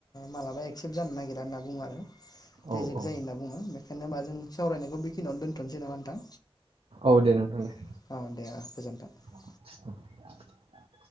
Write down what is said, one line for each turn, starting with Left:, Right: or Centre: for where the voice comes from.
Left: मालाबा एक्सेप्ट जानो नागिरा <unintelligible>
Right: औ
Left: रेजेक
Right: औ
Left: जायो होनना बुङो बेखायनो हा जों सावरायनायखौ बेखिनियावनो दोनथ'नोसै नामा नोंथां
Right: औ दे नोंथां दे
Left: <inaudible>
Right: <inaudible>